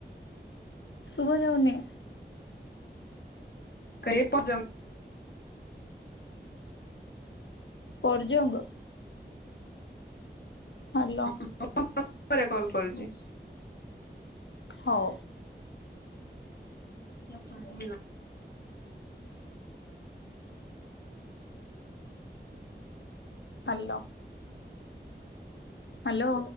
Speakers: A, on the left; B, on the left.
A: ଶୁଭା ଯାଉନି।
B: କେ ପର୍ଜନ୍ତ।
A: ପରଜଙ୍ଗ? ହେଲୋ।
B: ମୁଁ ପରେ କଲ କରୁଚି।
A: ହଉ।
B: ନା ସହେ ନ।
A: ହେଲୋ। ହେଲୋ।